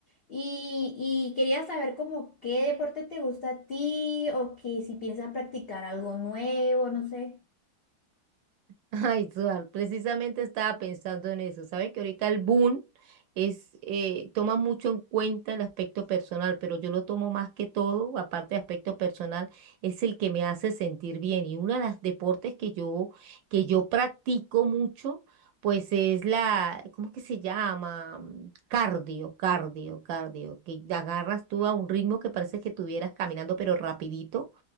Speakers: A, on the left; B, on the right.
A: Y, y quería saber como qué deporte te gusta a ti o que si piensas practicar algo nuevo, no sé.
B: Ay, Suar, precisamente estaba pensando en eso. Sabes que ahorita el boom es, eh, toma mucho en cuenta el aspecto personal, pero yo lo tomo más que todo, aparte de aspecto personal, es el que me hace sentir bien. Y uno de los deportes que yo, que yo practico mucho, pues es la, ¿cómo es que se llama? Mm, Cardio, cardio, cardio, que agarras tú a un ritmo que parece que estuvieras caminando, pero rapidito